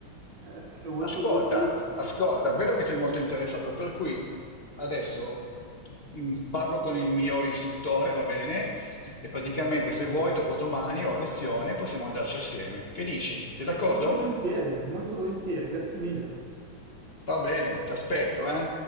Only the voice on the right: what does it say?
è- è molto
molto utile.
Molto volentieri, molto volentieri, grazie mille.